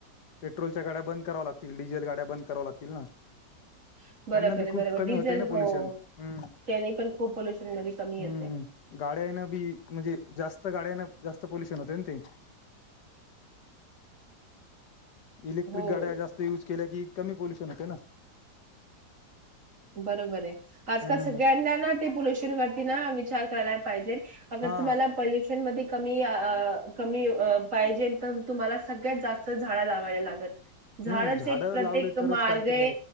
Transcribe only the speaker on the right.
<inaudible> बरोबर
आहे
बरोबर
डिझेल
हो
त्याने पण खूप पॉल्युशन मध्ये कमी
येते
हम्
हो.
बरोबर आहे आजकाल
सगळ्यांना ना ते पोल्युशन वर तेे ना विचार कराय पाहिजेल अग
तुम्हाला पोल्युशन मधे कमी कमी पाहिजे तर तुम्हाला सगळ्यात जास्त झाड लावाय लागल झाडांंचे
एक प्रत्येक
मार्ग
आहे